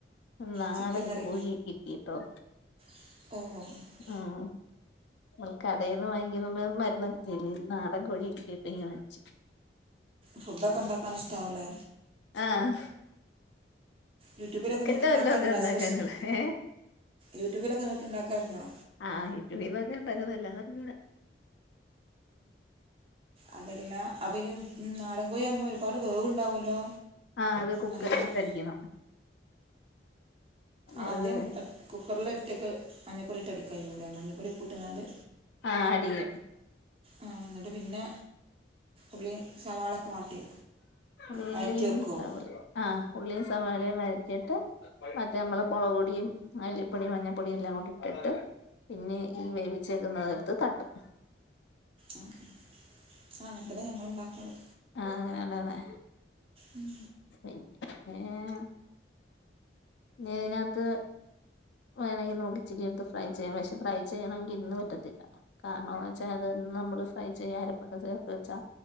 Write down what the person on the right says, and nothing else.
ചിക്കൻ കറി
<unintelligible>
ഫുഡ ഒക്കെ ഉണ്ടാക്കാൻ ഇഷ്ടാവുലേ
യൂട്യൂബിലൊക്കെ
നോക്കി ഉണ്ടാക്കാറുണ്ടോ
സ്പെഷ്യൽ
യൂട്യൂബിലൊക്കെ നോക്കി ഇണ്ടാക്കാറുണ്ടോ
അതെല്ലാം അവ ഉം നാടൻകോഴി ആവുമ്പോ ഒരുപാട് വേവുണ്ടാവുല്ലോ
നല്ലോണം
ആദ്യം കുക്കറിൽ ഒറ്റെക്ക് മഞ്ഞപ്പൊടി ഇട്ട് അടിക്കാമഞ്ഞൾപ്പൊടി ഉപ്പുട്ടാണ്ട്
ആ ന്നിട്ട് പിന്നെ ഉളളി സവാളൊക്കെ വാട്ടി
വഴറ്റി വെക്കും
ആ അങ്ങെനെ തന്നെ ഞങ്ങളുണ്ടാക്കല്
ഉം